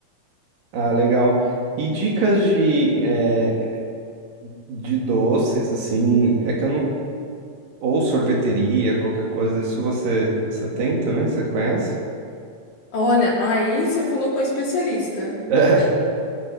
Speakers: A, on the right; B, on the left.
A: Ah, legal. E dicas de, eh, de doces, assim, é que eu não... Ou sorveteria, qualquer coisa. Isso você, você tem também? Você conhece?
B: Olha, aí você falou com a especialista.
A: <laughs>